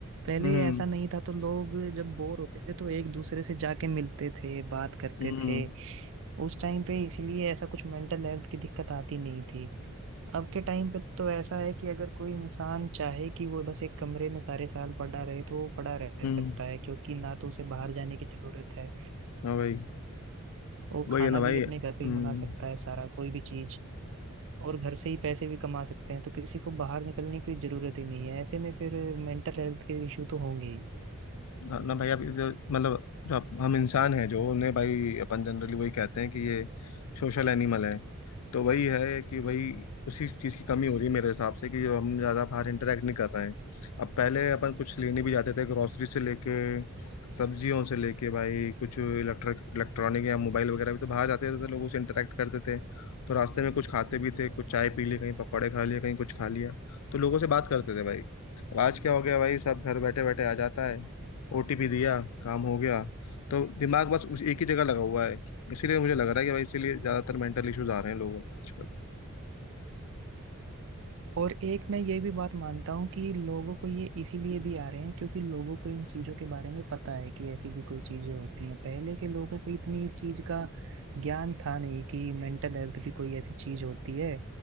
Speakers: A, on the right; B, on the left.
A: पहले
B: हम्म
A: ऐसा नहीं था तो लोग जब बोर होते थे तो एक दूसरे से जाके मिलते थे बात करते
B: हम्म
A: थे उस टाइम पे इसीलिए ऐसा कुछ मेंटल हेल्थ की दिक्कत आती नहीं थी अब के टाइम पे तो ऐसा है कि अगर कोई इंसान चाहे कि वो बस एक कमरे में सारे साल पड़ा रहे तो वो पड़ा रह
B: हम्म
A: सकता है क्योंकि ना तो उसे बाहर जाने की जरूरत है
B: हाँ भाई
A: वो
B: वही
A: खाना
B: है ना भाई
A: भी अपने
B: हम्म,
A: घर पे ही मंगा सकता है सारा कोई भी चीज और घर से ही पैसे भी कमा सकते हैं तो किसी को बाहर निकलने की जरूरत ही नहीं है ऐसे में फिर मेंटल हेल्थ के इशू तो होंगे ही
B: हाँ ना भाई आप इसे- मतलब जो आप- हम इंसान हैं जो उन्हें भाई अपन जनरली वही कहते हैं कि ये सोशल एनिमल है तो वही है कि वही उसी चीज़ की कमी हो रही है मेरे हिसाब से कि जो हम ज़्यादा बाहर इंटरेक्ट नहीं कर रहे हैं अब पहले अपन कुछ लेने भी जाते थे ग्रोसरी से लेके सब्जियों से लेके भाई कुछ इलेक्ट्रिक इलेक्ट्रॉनिक या मोबाइल वगैरह भी तो बाहर जाते थे लोगों से इंटरेक्ट करते थे तो रास्ते में कुछ खाते भी थे कुछ चाय पी ली कहीं पकौड़े खा लिए कहीं कुछ खा लिया तो लोगों से बात करते थे भाई अब आज क्या हो गया भाई सब घर बैठे बैठे आ जाता है ओटीपी दिया काम हो गया तो दिमाग बस उस एक ही जगह लगा हुआ है इसीलिए मुझे लग रहा है कि भाई इसीलिए ज्यादातर मेंटल इश्यूज आ रहे हैं लोगों में आजकल
A: और एक मैं ये भी बात मानता हूँ कि लोगों को ये इसीलिए भी आ रहे हैं क्योंकि लोगों को इन चीजों के बारे में पता है कि ऐसी भी कोई चीजें होती हैं पहले के लोगों को इतनी इस चीज का ज्ञान था नहीं कि मेंटल हेल्थ की कोई ऐसी चीज होती है